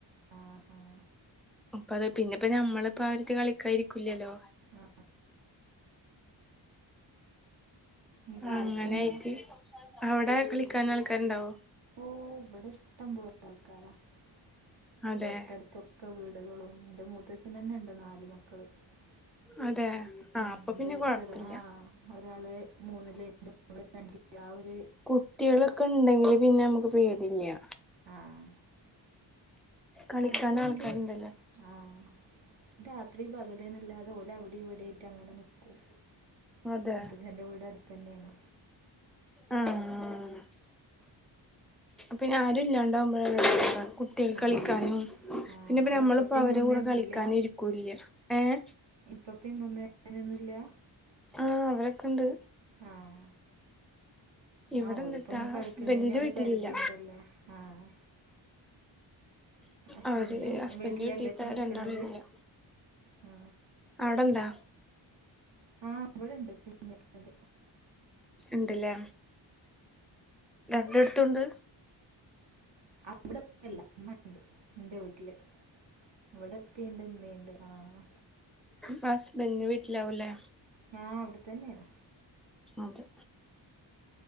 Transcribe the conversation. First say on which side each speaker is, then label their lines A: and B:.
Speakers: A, on the right; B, in the centre.
A: ആഹ ആഹ
B: അപ്പത്പിന്നെപ്പിന്നെനമ്മളിപ്പ അവരറ്റ്കളിക്കാായിരിക്കില്ലല്ലോ
A: ആ ഇനി കാലത്തെന്താ
B: അങ്ങനെയിട്ട്അവിടെകളിക്കനാൾക്കാരുണ്ടാവോ
A: ഓഹ്ഇവിടെഇഷ്ടംപോല ആൾക്കാരാതൊട്ടടുത്ത്
B: അതെ
A: ഒക്കെവീടുകളുംഇന്റെ മൂത്തച്ഛനന്നെണ്ട് നാ മക്കള്ഉംണ്ട്ഇന്റെചേർആഹ
B: അതെ ആ അപ്പൊ പിന്നെ കൊഴപ്പില്ല
A: ഒരാള്മൂന്നില്ലേ <unintelligible> ലവിൽ
B: കുട്ടികളൊക്കെണ്ടെങ്കില് പിന്നെ നമക്ക്പേടില്ല്യ
A: ആഹ്
B: കളിക്കാൻ
A: അടുത്തുണ്ട്
B: ആൾക്കാരുണ്ടല്ലോ
A: ആഹ് രാത്രിപകൽന്നില്ലാതെഓലവിടെ ഇവിടായിട്ട്അങ്ങനെനിക്കും
B: അതെ
A: മുത്തച്ചന്റെ വീടടുത്തന്നെയാണ്
B: ആഹ് പിന്നെആരുംല്ലാണ്ടാവുമ്പോഴകു കുട്ടികക്ക്കളിക്കാനുംപിന്നെപ്പൊ
A: ആ ആ അവിടെ
B: നമ്മളിപ്പോഅവരെകൂടെ
A: ഇപ്പപ്പയും മമ്മയൊന്നുമില്ല
B: കളിക്കാനുംഇരിക്കൂല്ല്യഏഹ്
A: ഇപ്പപ്പ ഇമ്മമ്മഅങ്ങനൊന്നുംല്ല്യ
B: ആഹ് അങ്ങനെക്കെണ്ട്
A: ആഹ
B: ഇവിടെണ്ട്ട്ടാ
A: ആ ഓല് പൊന്ന്
B: ഹസ്ബൻഡിന്റെ
A: കളിക്കണേനൊരു
B: വീട്ടിലില്ല
A: പരിധിണ്ടല്ലോ ആഹ് ഹസ്ബൻഡിൻ്റെ
B: അവര് ഹസ്ബൻഡിന്റെ
A: വീട്ടിലല്ലേ
B: വീട്ടീത്തെ
A: ഇപ്പം നിൽക്കണത്
B: രണ്ടാള്ഇല്ല്ല്യ
A: ആ
B: അവിടെന്താ
A: ആഹ് ഇവിടെണ്ട് <unintelligible>
B: ഇണ്ട്ലേ രണ്ടടുത്തുണ്ട്
A: അവിടെ പ്പല്ല ഇമ്മണ്ട് ഇന്റെവീട്ടില് ഇവിടെപ്പിണ്ട്മ്മിണ്ട് ആഹ്
B: ഹസ്ബന്റിന്റെ വീട്ടിലാവുലെ
A: ആഹ് അവിടെതന്നെയാണ്
B: അതെ